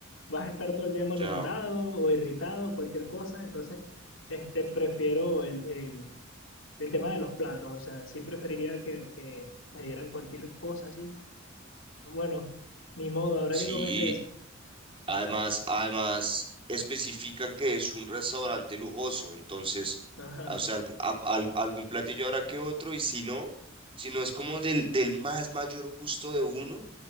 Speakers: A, on the left; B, on the right.
A: vas a estar todo el día malhumorado
B: Chao.
A: o irritado, cualquier cosa. Entonces, este, prefiero el, eh, el tema de los platos. O sea, sí preferiría que, que me dieran cualquier cosa así. Bueno, ni modo, habrá
B: Sí,
A: que comerse eso.
B: además, además especifican que es un restaurante lujoso, entonces,
A: Ajá,
B: ah, o sea, algu- a- al- algún platillo habrá que otro, y si no, si no es como del, del más mayor gusto de uno,